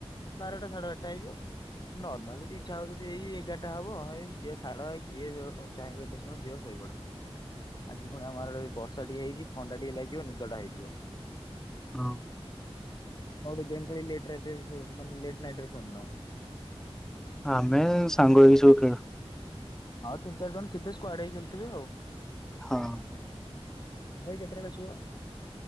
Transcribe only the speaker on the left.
ବାରଟା ସାଢେ ବାରଟା ହେଇଯିବ। ନର୍ମାଲ ଯଦି ଇଚ୍ଛା ହଉଚି ଯଦି ଏଇ ଏଗାରଟା ହବ ହେ ଦିଅ ଛାଡ଼ କିଏ ଚାହିଁବେ ଏତେ ସମୟ ଦିଅ ଶୋଇପଡ଼। ଆଜି ପୁଣି ଆମର ବର୍ଷା ଟିକେ ହେଇଛି ଥଣ୍ଡା ଟିକେ ଲାଗିବ ନିଦ ଟା ହେଇଯିବ।
ଆପଣ ଗେମ୍ ଖେଲି ଲେଟଲାଇଟ ମାନେ ଲେଟନାଇଟରେ ଗେମଟା ହବ।
ହଁ ତିନ ଚାରି ଜଣ ଥେ ସ୍କୁୁଆଡ ହେଇ ଖେଳୁଥିବେ ଆଉ
ଭାଇ କେତେବେଳେ ଆସିବ?